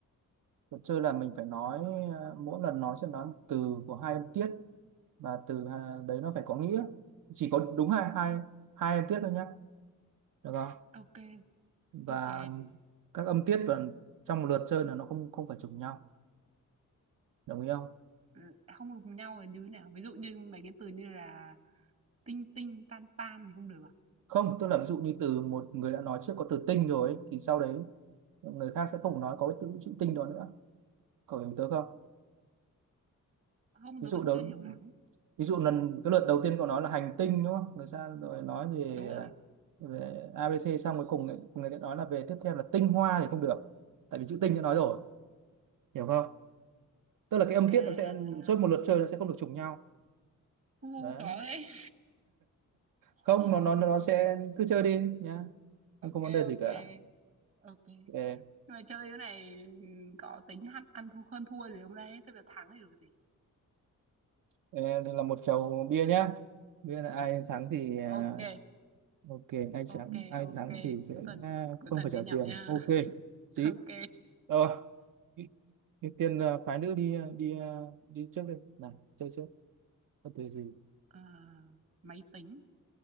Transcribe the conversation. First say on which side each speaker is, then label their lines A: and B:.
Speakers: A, on the right (about 75°); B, on the right (about 45°).
A: luật chơi là mình phải nói à, mỗi lần nói sẽ nói một từ của hai âm tiết và từ à, đấy nó phải có nghĩa. Chỉ có đúng hai hai hai âm tiết thôi nhá được không
B: Ok,
A: và
B: ok.
A: các âm tiết và trong một lượt chơi là nó không không phải trùng nhau đồng ý không
B: Ừ, Không đụng nhau là như thế nào? Ví dụ như mấy cái từ như là tinh tinh, tan tan thì không được à?
A: không tức là ví dụ như từ một người đã nói trước có từ tinh rồi ấy, thì sau đấy người khác sẽ không nói có cái từ chữ tinh đó nữa cậu hiểu tớ không
B: Không,
A: ví
B: tôi
A: dụ
B: vẫn
A: đó
B: chưa hiểu lắm.
A: ví dụ lần cái lượt đầu tiên cậu nói là hành tinh đúng không người sang rồi nói về
B: Đúng rồi.
A: về a ABC xong cuối cùng người, người ta nói là về tiếp theo là tinh hoa thì không được tại vì chữ tinh đã nói rồi hiểu không tức là cái âm
B: À,
A: tiết nó sẽ
B: à.
A: suốt một lượt chơi nó sẽ không được trùng nhau
B: U,
A: đấy
B: khó đấy.
A: không
B: <laughs> Ờ.
A: nó nó nó sẽ cứ chơi đi nhá không
B: ok
A: có vấn đề gì
B: ok
A: cả
B: ok nhưng
A: Ê,
B: mà chơi cái này có tính ăn ăn thua hơn thua gì không đấy thế giờ thắng thì được gì
A: ê, đây là một chầu bia nhá bia là ai thắng thì à,
B: ok
A: ok ai
B: ok
A: thắng ai
B: ok
A: thắng thì sẽ
B: cuối tuần
A: à,
B: cuối
A: không
B: tuần
A: phải
B: đi
A: trả
B: nhậu
A: tiền
B: nha
A: ok chị
B: <laughs> ok
A: rồi ưu ưu tiên à, phái nữ đi à, đi à, đi trước đi nào chơi trước có từ gì
B: Ờ, máy tính